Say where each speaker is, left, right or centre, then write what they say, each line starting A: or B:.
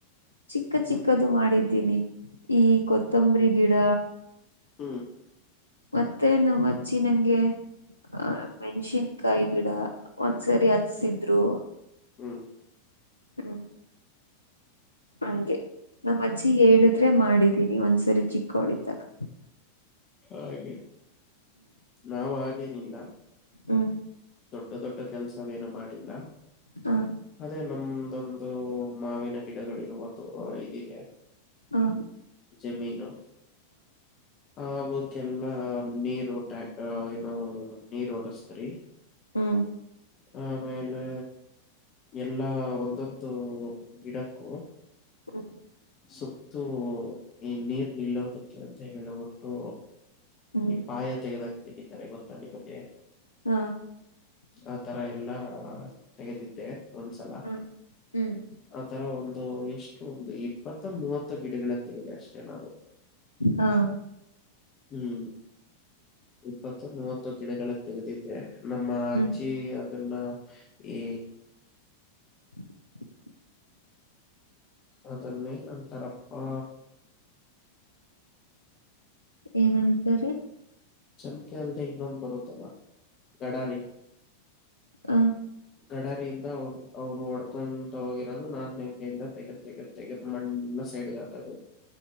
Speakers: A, on the left (about 80°); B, on the left (about 30°).
A: ಚಿಕ್ಕ ಚಿಕ್ಕದು
B: ಹ್ಮ್
A: ಮಾಡಿದ್ದೀನಿ ಈ ಕೊತ್ತಂಬರಿ ಗಿಡ
B: ಹೂ
A: ಮತ್ತೆನು ಮಜ್ಜಿ ನಂಗೆ ಆ
B: ಹ್ಮ್
A: ಮೆಣಸಿನ್ಕಾಯಿ ಗಿಡ ಒಂದ್ಸರಿ ಹಚ್ಸಿದ್ರು
B: ಹ್ಮ್
A: ಹ್ಮ ಹಗೆ ನಮ್ಮ ಅಜ್ಜಿ ಹೇಳಿದ್ರೆ ಮಾಡಿದೀನಿ ಒಂದ್ಸರಿ ಚಿಕ್ಕಳಿದ್ದಾಗ
B: ಹಾಗೆ ನಾವು ಹಾಗೇನಿಲ್ಲ
A: ಹ್ಮ
B: ದೊಡ್ಡ ದೊಡ್ಡ ಕೆಲ್ಸವೇನು ಮಾಡಿಲ್ಲ
A: ಹ
B: ಅದೇ ನಮ್ದೊಂದು ಮಾವಿನ ಗಿಡಗಳಿರುವದು ಇದಿದೆ
A: ಹಾ
B: ಜಮೀನು ಹ ಆಗೋಕ್ಕೆ ಎಲ್ಲಾ ನೀರು ಟ್ಯಾ ಏನೋ ನೀರ್ ಓಡಸ್ತರಿ
A: ಹ್ಮ
B: ಆಮೇಲೆ ಎಲ್ಲಾ ಒಂದೊಂದು ಗಿಡಕ್ಕೂ
A: ಹ್ಮ್
B: ಸ ಇ ಈ ನೀರ್ ನಿಲ್ಲೋದಕ್ಕೆ ಅಂತ ಹೇಳೇಳ್ಬಿಟ್ಟು
A: ಹ್ಮ್
B: ಈ ಪಾಯ ತೆಗದಂಗ ತೆಗಿತಾರೆ ಗೊತ್ತಾ ನಿಮಗೆ.
A: ಹಾ.
B: ಆತರ ಎಲ್ಲಾ ತೆಗೆದಿದ್ದೆ ಒಂದ್ಸಲ.
A: ಹ್ಮ್ ಹ್ಮ್
B: ಆತರ ಒಂದು ಎಷ್ಟು ಒಂದು ಇಪ್ಪತ್ತ ಮೂವತ್ತು ಗಿಡಗಳ ತೆಗೆದೆ ಅಷ್ಟೆ ನಾನು.
A: ಹಾ.
B: ಹ್ಮ್ ಇಪ್ಪತ್ತೊ ಮೂವತ್ತೊ ಗಿಡಗಳ ತೆಗೆದಿದ್ದೆ. ನಮ್ಮ ಅಜ್ಜಿ
A: ಹ್ಮ್
B: ಅದನ್ನ ಈ
A: <inaudible>
B: ಅದನೆನ್ ಅಂತರಪ್ಪ.
A: ಏನಂತರೆ.
B: ಚಮ್ಕೆ ಅಲ್ದೆ ಇನ್ನೊಂದು ಬರುತ್ತಲ್ಲ ಗಡಾರಿ.
A: ಹ
B: ಗಡರಿಯಿಂದ ಅವ್ರ ಅವ್ರು ಹೊಡ್ಕೊಂತ ಹೋಗಿರೋದು ನಾನ್ <unintelligible> ಜಂಕೆಯಿಂದ ತೆಗೆದ ಏಗತ್ತ ತೆಗದು ಮಣ್ಣ ಎಲ್ಲ ಸೈಡ್ ಗ ಹಾಕದು.